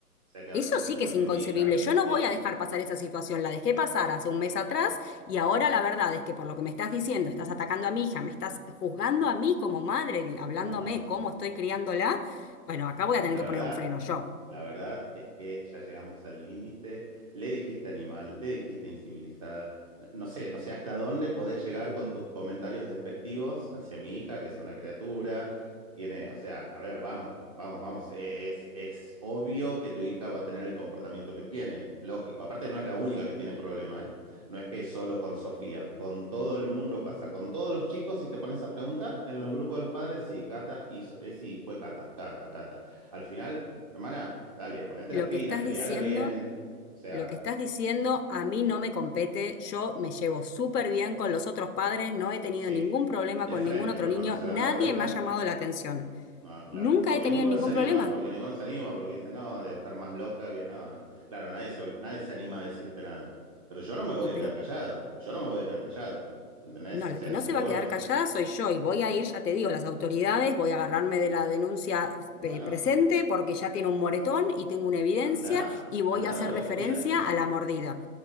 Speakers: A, on the right; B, on the left.
A: O sea que ahora
B: Eso
A: estás
B: sí
A: diciendo
B: que es inconcebible.
A: que mi hija
B: Yo no
A: es...
B: voy a dejar pasar esa situación. La dejé pasar hace un mes atrás y
A: No,
B: ahora la verdad es que por lo que me estás diciendo, estás atacando a mi hija, me estás juzgando a mí como madre, di- hablándome
A: no, <laughs> no,
B: cómo estoy
A: no.
B: criándola. Bueno, acá voy a tener
A: La
B: que
A: verdad...
B: poner un freno yo.
A: La verdad es que ya llegamos al límite. Le dijiste animal, le dijiste incivilizada. No no sé, no sé hasta dónde podés llegar con tus comentarios despectivos hacia mi hija, que es una criatura. Tiene, o sea, a ver, vamos, vamos, vamos. E- Es, es obvio que tu hija va a tener el comportamiento que tiene, es lógico. Aparte, no es la única que tiene problema, ¿eh? No es que solo con Sofía, con todo el mundo pasa. Con todos los chicos, si te pones a preguntar, en los grupos de los padres, sí, Cata, hizo- eh, sí, fue Cata, Cata, Cata. Al final. Hermana, dale, ponete
B: Lo
A: las pilas,
B: que estás
A: criala
B: diciendo,
A: bien. O sea,
B: lo que estás diciendo a mí no me compete. Yo me llevo súper bien con los otros padres, no he tenido
A: sí,
B: ningún problema
A: de
B: con
A: frente,
B: ningún otro
A: pero
B: niño,
A: cuando se
B: nadie
A: dan la vuelta,
B: me ha llamado la atención.
A: no, claro.
B: Nunca
A: Porque
B: he tenido
A: ninguno
B: ningún
A: se anima,
B: problema.
A: porque ninguno se anima, porque dice, no, debe estar más loca que no, no. Claro, nadie se, nadie se anima a decirte nada. Pero yo no me voy
B: Y
A: a
B: pero
A: quedar callado, yo no me voy a quedar callado. ¿Entendés?
B: No,
A: O
B: la
A: sea,
B: que no
A: si
B: se
A: vos,
B: va a quedar callada soy yo y voy a ir, ya te digo, a las autoridades, voy a agarrarme de la denuncia
A: bueno,
B: eh, presente porque ya tiene un moretón
A: an-
B: y tengo una evidencia
A: anda
B: y voy
A: anda
B: a hacer
A: donde vos
B: referencia
A: quieras.
B: a la mordida.